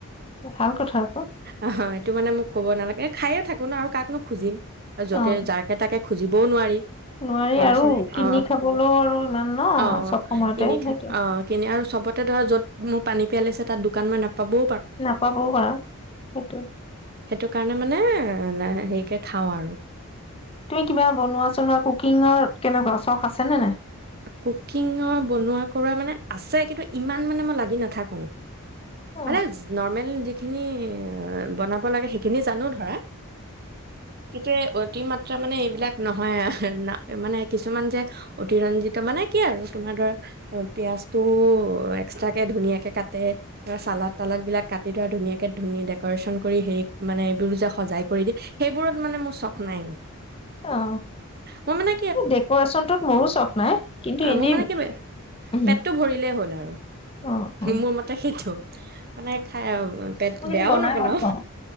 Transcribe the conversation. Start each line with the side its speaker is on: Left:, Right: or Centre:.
Left: ভাল কথা আকৌ
Right: অ সেইটো মানে মোক ক'ব নালাগে খায়ে থাকো ন আৰু কাকনো খুজিম য'তে
Left: অ',
Right: যাকে তাকে খুজিবও নোৱাৰি
Left: নোৱাৰি
Right: ধৰাচোন
Left: আৰু কিনি
Right: অ
Left: খাবলৈও আৰু ইমান ন
Right: অ
Left: চব সময়তে
Right: কিনি খাই
Left: সেইটোে
Right: অ কিনি আৰু চবতে ধ য'ত মোৰ পানী পিয়াই লিছে তাত দোকান মই নাপাবো
Left: নাপাবও পাৰ সেইটো
Right: সেইটো কাৰণে মানে হেৰিকে খাওঁ আৰু
Left: তুমি কিবা বনোৱাছ ন কুকিঙৰ কেনেকুৱা চখ আছেনেে নাই
Right: কুকিঙৰ বনোৱা কৰা মানে আছে কিন্তু ইমান মানে মই লাগি নাথাকো
Left: অ',
Right: মানে নৰ্মেল <unintelligible> খিনি বনাব লাগে সেইখিনি জানো ধৰা কিতিয়া অতি মাত্ৰ তাৰমানে এইবিলাক নহয়া মানে কিছুমান যে অতি ৰঞ্জিত মানে কি আৰু তোমাৰ ধৰা পিয়াজটো এক্সট্ৰাকে ধুনীয়াকে কাটে ত চালাদ তালাদ বিলাক কাট তেটোৰা ধুনীয়াকে ধুন ডেক'ৰেশ্যন কৰি হেৰি মানে দুজ সজাই কৰি দে সেইবোৰত মানে মোৰ নাই মানে
Left: অ
Right: মোৰ মানে
Left: ডেকৰেচন ত মোৰো চখ নাই কিন্তু
Right: অ
Left: এনেই
Right: মোৰ মানে ক
Left: উম,
Right: পেটটো ভৰিলেই হ'ল আৰু
Left: অ', অ',
Right: মোৰ মতে স মানে খাই পেট
Left: মই কিন্তু
Right: বেয়াও
Left: বনাই
Right: নবনা
Left: ভাল পাওঁ।